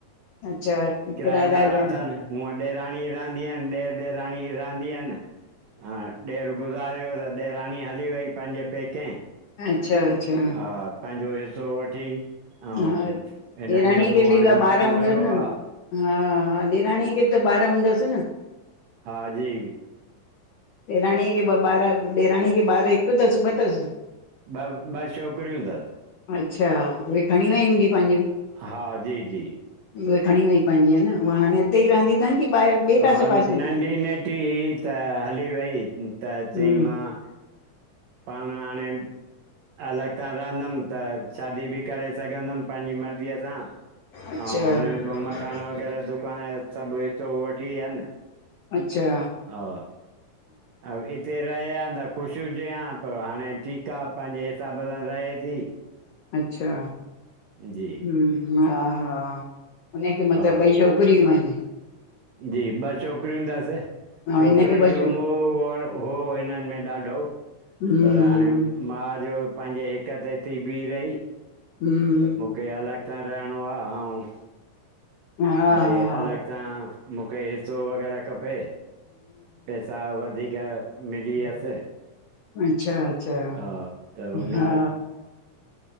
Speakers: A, on the left (about 90°); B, on the right (about 75°).
A: अच्छा किराएदार
B: किरायेदार
A: बि
B: अथनि
A: आहिन
B: हूअं ॾेराणी रहंदी यन ॾेर ॾेराणी रहंदी यन। हा ॾेर गुज़ारे वियो त ॾेरानी हली वई पंहिंजे पैके
A: अच्छा अच्छा
B: हा, पंहिंजो हिस्सो वठी अऊं
A: हा
B: हिनन
A: ॾेराणीअ
B: जो पो
A: खे बि
B: हाणे
A: त
B: मकान
A: ॿार हूंदसि
B: वॾॾो
A: न
B: आहे
A: हा हा ॾेराणीअ खे त ॿार हूंदस न?
B: हा जी
A: ॾेराणीअ खे ॿ ॿार ॾेराणीअ खे ॿार हिक तस ॿ तस।
B: ॿ ॿ छोकरियूं तस।
A: अच्छा उहे खणी वई हूंदी पांजियूं
B: हा जी जी
A: उहे खणी वई पांजियूं औह न हुअ हाणे अन हिते ई रहंदी तन कि ॿाहिर ॿे
B: हा
A: कासे
B: नंढी
A: पासे?
B: नेटी हुई त हली वई त
A: हम्म
B: चई मां पाण हाणे। अलग सां रहंदम त शादी भी करे सघंदम पाहिंजी मर्ज़ीअ सां ओं।
A: अच्छा
B: अऊं हिनन खां मकान वग़ैरह दुकान सभ हिस्सों वठी व्यान
A: अच्छा
B: हा ऐं हिते रहे आ त ख़ुश हुजे आ, पर हाणे ठीक आ पांजे हिसाब सां रहे थी। इ
A: अच्छा
B: जी
A: हम्म हा हा हुनखे मतलब
B: हा
A: ॿई छोकरियूं आहिन।
B: जी ॿ छोकरियूं तस छोकरुन
A: हिनखे ॿ छो
B: जो मोह हो हिनन में ॾाढो। तो
A: हम्म
B: पर हाणे माउ जो पांजे हिक ते थी बी रही।
A: हूं
B: हे अलॻि छा रहणो आ अऊं
A: हा हा
B: भई अलॻ सां, मुखे हिस्सो वग़ैरह खपे। पैसा वधीक मिली
A: इय
B: वियसि
A: अच्छा अच्छा
B: हा त हुन
A: हा